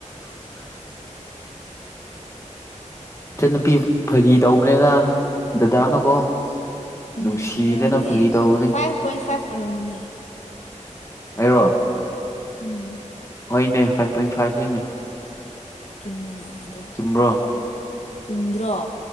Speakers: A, on the left (about 20°); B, on the left (about 60°).
A: ꯏꯆꯟꯅꯨꯄꯤ ꯐꯥꯒꯤ ꯇꯧꯕꯅꯦꯅ ꯗꯗꯥꯅꯀꯣ
B: ꯎꯝ
A: ꯅꯨꯡꯁꯤꯗꯅ
B: ꯑꯣꯏꯔꯝꯅꯤ
A: ꯐꯒꯤ ꯇꯧꯕꯅꯦ
B: ꯐꯥꯏꯚ ꯄꯣꯏꯟ ꯐꯥꯏꯚ ꯑꯔꯝꯒꯅꯤ
A: ꯑꯩꯔꯣ
B: <unintelligible>
A: ꯍꯧꯅꯦ ꯐꯥꯏꯚ ꯄꯣꯏꯟ ꯐꯥꯏꯚꯅꯤꯅꯦ
B: ꯆꯨꯝꯃꯤꯅ ꯑꯗꯣ
A: ꯆꯨꯝꯕ꯭ꯔꯣ
B: ꯆꯨꯝꯗ꯭ꯔꯣ